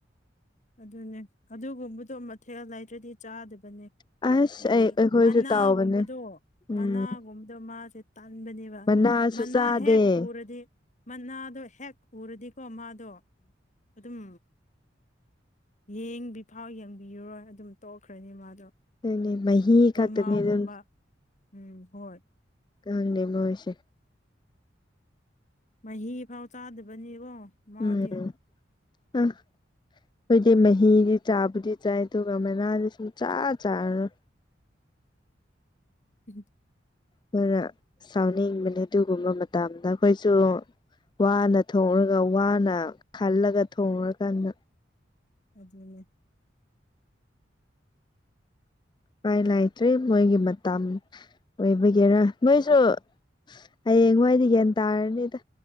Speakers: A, on the left; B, on the left.
A: ꯑꯗꯨꯅꯦ ꯑꯗꯨꯒꯨꯝꯕꯗꯣ ꯃꯊꯦꯜ ꯂꯩꯇ꯭ꯔꯗꯤ ꯆꯥꯗꯕꯅꯦ
B: ꯑꯁ
A: ꯍꯥꯏꯗꯤ
B: ꯑꯩ ꯑꯩꯈꯣꯏꯁꯨ
A: ꯃꯅꯥꯒꯨꯝꯕꯗꯣ
B: ꯇꯥꯎꯕꯅꯦ ꯎꯝ
A: ꯃꯅꯥꯒꯨꯝꯕꯗꯣ ꯃꯥꯁꯦ ꯇꯟꯥꯟꯕꯅꯦꯕ
B: ꯃꯅꯥꯁꯨ
A: ꯃꯅꯥ
B: ꯆꯥꯗꯦ
A: ꯍꯦꯛ ꯎꯔꯗꯤ ꯃꯅꯥꯗꯣ ꯍꯦꯛ ꯎꯔꯗꯤꯀꯣ ꯃꯥ ꯑꯗꯣ ꯑꯗꯨꯝ ꯌꯦꯡꯕꯤ ꯐꯥꯎ ꯌꯦꯡꯕꯤꯔꯔꯣꯏ ꯑꯗꯨꯝ ꯇꯣꯛꯈ꯭ꯔꯅꯤ ꯃꯥꯗꯣ
B: ꯑ ꯃꯍꯤ
A: ꯀꯉꯥꯎꯒꯨꯝꯕ
B: ꯈꯇꯅꯤ ꯑꯗꯨ
A: ꯎꯝ ꯍꯣꯏ
B: ꯀꯥꯟ ꯂꯩꯃꯣꯏꯁꯦ
A: ꯃꯍꯤ ꯐꯥꯎ ꯆꯥꯗꯕꯅꯤꯀꯣ ꯃꯥꯗꯤ
B: ꯎꯝ ꯑ <unintelligible> <inaudible> ꯑꯩꯣꯏꯗꯤ ꯃꯍꯤꯗꯤ ꯆꯥꯕꯨꯗꯤ ꯆꯥꯏ ꯑꯗꯨꯒ ꯃꯅꯥꯗꯤ ꯁꯨꯝ ꯆꯥ ꯆꯥꯔꯔꯣꯏ
A: ꯎꯝ
B: ꯑꯗꯨꯈꯣꯏꯅ ꯁꯥꯎꯅꯤꯡꯕꯅꯦ ꯑꯗꯨꯒꯨꯝꯕ ꯃꯇꯝꯗ ꯑꯩꯈꯣꯏꯁꯨ ꯋꯥꯅ ꯊꯣꯡꯉꯒ ꯋꯥꯅ ꯈꯜꯂꯒ ꯊꯣꯡꯉꯨꯔꯀꯥꯟꯗ
A: ꯑꯗꯨ
B: ꯏꯄꯥꯏ ꯂꯥꯏꯇ꯭ꯔꯦ ꯃꯣꯏꯒꯤ ꯃꯇꯝ ꯑꯣꯏꯕꯒꯦꯔꯥ ꯅꯣꯏꯁꯨ ꯍꯌꯦꯡꯋꯥꯏꯗꯤ ꯒ꯭ꯌꯥꯟ ꯇꯥꯔꯅꯤꯗ